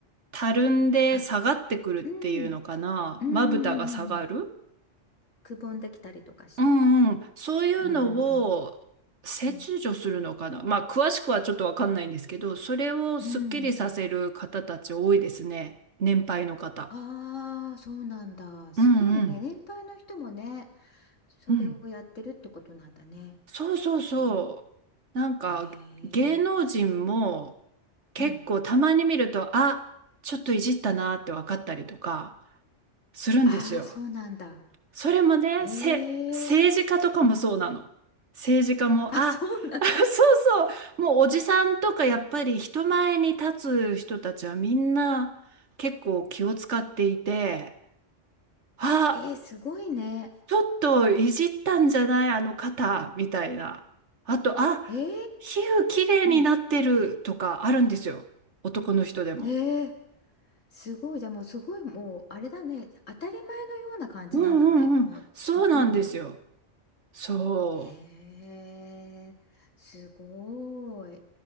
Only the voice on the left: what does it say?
あ、うん、うんうんう
んうん。くぼんできたりとかして。
うんうん
うん。うん。
うん。
ああ、そうなんだ。すごいね。
年配の人もね、それをやってるってことなんだね。
うん
へえ。
うん。
ああ、そうなんだ。
ええ。
うん。
あ、
そうなの。
えー、すごいね。
えー、
うん。
えー、すごい。じゃあもうすごい、もうあれだね。当たり前のような感じなんだね。
もうほとんど。
えー、すごい。